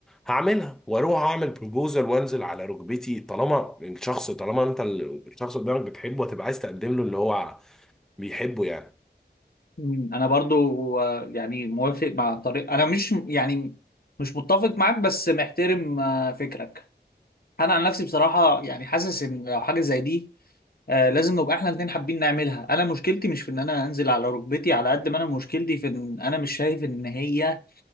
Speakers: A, in the centre; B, on the left.
A: هعملها واروح اعمل بروبوزل وانزل على ركبتي طالما الشخص طالما انت ال- الشخص قدامك بتحبه هتبقى عايز تقدم له اللي هو بيحبه يعني
B: مم، أنا برضو آه، يعني موافق مع طريق أنا مش يعني مش متفق معاك بس محترم آه، فكرك أنا عن نفسي بصراحة يعني حاسس إن لو حاجة زي دي آه، لازم نبقى احنا الاتنين حابين نعملها انا مشكلتي مش في ان انا انزل على ركبتي على قد ما انا مشكلتي في ان انا مش شايف ان هي